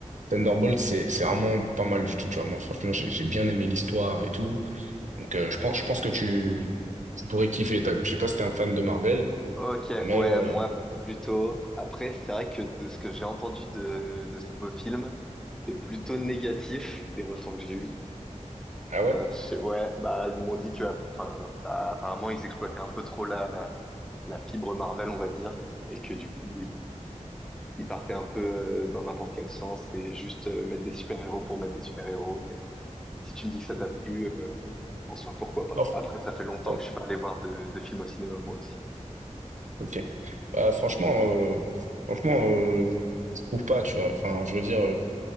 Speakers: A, on the right; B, in the centre.
A: Thunderbolt, c'est, c'est vraiment pas mal du tout. Tu vois, moi, franchement, j'ai, j'ai bien aimé l'histoire et tout. Donc, euh, je pense, je pense que tu, tu pourrais kiffer. T'as vu, je sais pas si t'es un fan de Marvel,
B: Ok,
A: mais
B: ouais,
A: euh,
B: moi plutôt. Après, c'est vrai que de ce que j'ai entendu de, de ce nouveau film, c'est plutôt négatif des retours que j'ai eus.
A: ah ouais,
B: C'est- Ouais, bah ils m'ont dit que enfin, bah, apparemment ils exploitaient un peu trop la, la fibre Marvel, on va dire, et que du coup ils, ils partaient un peu euh, dans n'importe quel sens et juste euh, mettre des super-héros pour mettre des super-héros. Mais si tu me dis que ça t'a plu, euh, en soi pourquoi pas.
A: non, fr-
B: Après, ça fait longtemps
A: bah, écoute,
B: que je suis pas allé voir de, de films au cinéma moi aussi.
A: ok. Bah, franchement, euh, franchement, euh, je trouve pas. Tu vois, enfin, je veux dire. euh,